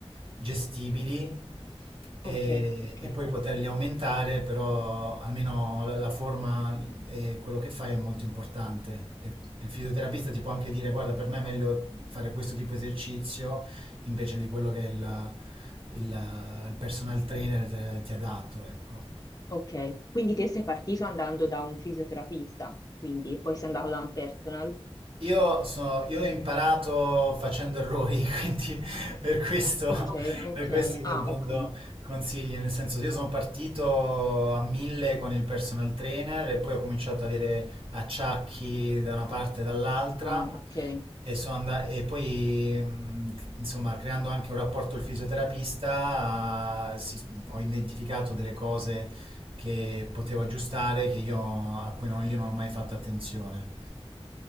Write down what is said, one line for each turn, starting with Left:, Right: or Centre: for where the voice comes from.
Right: gestibili e,
Left: ok, ok,
Right: e poi poterli aumentare, però almeno la, la forma e quello che fai è molto importante. E, e il fisioterapista ti può anche dire, guarda, per me è meglio fare questo tipo di esercizio invece di quello che il, il- il personal trainer te- ti ha dato, ecco.
Left: ok. Quindi te sei partito andando da un fisioterapista, quindi e poi sei andato da un personal.
Right: Io, so- io ho imparato facendo errori, <laughs> quindi per questo,
Left: Ok,
Right: Ok,
Left: ok,
Right: per questo ok. sto
Left: ah,
Right: dando
Left: ok,
Right: consigli, nel senso io sono partito a mille con il personal trainer e poi ho cominciato ad avere acciacchi da una parte e dall'altra
Left: ah, ok.
Right: E, sono anda- e poi, mh, insomma, creando anche un rapporto al fisioterapista, si- ho identificato delle cose che potevo aggiustare, che io, a cui non, io non ho mai fatto attenzione.